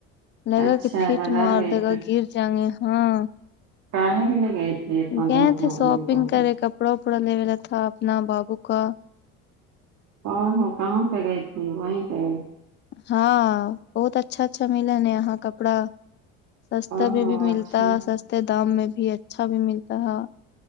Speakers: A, on the left; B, on the right.
A: لگا
B: اچھا
A: کے پٹ
B: بازار
A: مار
B: گئی
A: دے گا گر جائیں گے ہاں
B: کاھے کے لیے گئی تھی اتنا
A: گئے
B: دھوپ
A: تھے شاپنگ
B: میں تم
A: کرے کپڑا لینا تھا اپنا بابو کا
B: آ ہ ہو کہاں پہ گئی تھی وہیں پہ
A: ہاں بہت اچھا اچھا ملانا یہاں کپڑا سستا
B: او
A: بھی
B: ہو
A: بھی ملتا
B: اچھا
A: سستے دام میں بھی اچھا بھی ملتا ہے